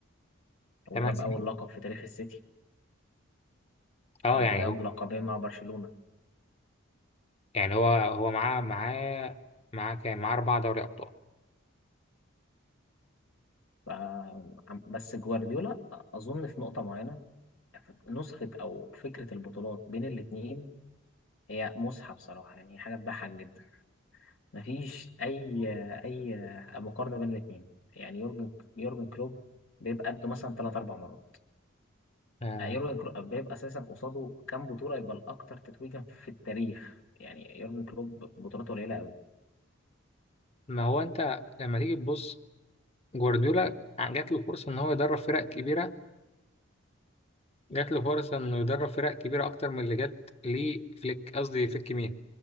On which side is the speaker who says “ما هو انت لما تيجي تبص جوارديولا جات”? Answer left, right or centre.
Left